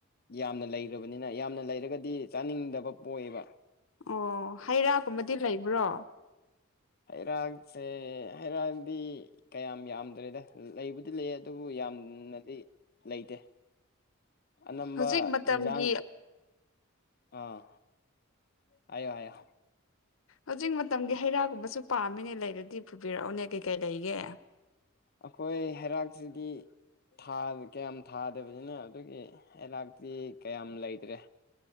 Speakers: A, on the left; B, on the left.
A: ꯌꯥꯝꯅ ꯂꯩꯈ꯭ꯔꯕꯅꯤꯅ ꯌꯥꯝꯅ ꯂꯩꯔꯒꯗꯤ ꯆꯥꯅꯤꯡꯗꯕ ꯄꯣꯛꯑꯦꯕ꫰꫰
B: ꯑꯣ ꯍꯩꯔꯥꯒꯨꯝꯕꯗꯤ ꯂꯩꯕ꯭ꯔꯣ꯫
A: ꯍꯩꯔꯥꯡꯁꯦ ꯍꯩꯔꯥꯟꯗꯤ꯫ ꯀꯌꯥꯝ ꯌꯥꯝꯗ꯭ꯔꯦꯗ ꯂꯩꯕꯨꯗꯤ ꯂꯩ ꯑꯗꯨꯕꯨ ꯌꯥꯝꯅꯗꯤ ꯂꯩꯇꯦ꯫ ꯅꯝꯕ
B: ꯍꯧꯖꯤꯛ ꯃꯇꯝꯒꯤ
A: ꯏꯟꯖꯥꯡ꯫ ꯑꯥ ꯍꯥꯏꯌꯣ ꯍꯥꯏꯌꯣ꯫
B: ꯍꯧꯖꯤꯛ ꯃꯇꯝꯒꯤ ꯍꯩꯔꯥꯒꯨꯝꯕꯁꯨ ꯄꯥꯝꯃꯤꯅꯦ ꯂꯩꯔꯗꯤ ꯐꯨꯕꯤꯔꯛꯑꯣꯅꯦ ꯀꯩꯀꯩ ꯂꯩꯒꯦ꫰꫰
A: ꯑꯩꯈꯣꯏ ꯍꯩꯔꯥꯛꯁꯤꯗꯤ꯫ ꯊꯥ ꯀꯌꯥꯝ ꯊꯥꯗꯕꯅꯤꯅ ꯑꯗꯨꯒꯤ ꯍꯩꯔꯥꯛꯇꯤ ꯀꯌꯥꯝ ꯂꯩꯇ꯭ꯔꯦ꯫